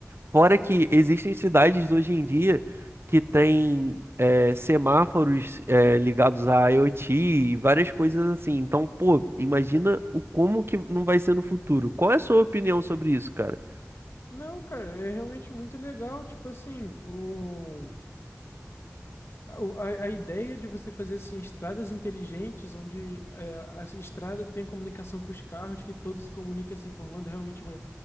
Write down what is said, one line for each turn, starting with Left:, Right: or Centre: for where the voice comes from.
Right: Fora que existem cidades hoje em dia que têm é, semáforos é, ligados à IoT e várias coisas assim. Então, pô, imagina o como que não vai ser no futuro. Qual é a sua opinião sobre isso, cara?
Left: Não, cara, é realmente muito legal. Tipo assim, o. A, o- a- a ideia de você fazer assim, estradas inteligentes, onde é, a estrada tem a comunicação com os carros, que todos se comuniquem se informando, é realmente uma,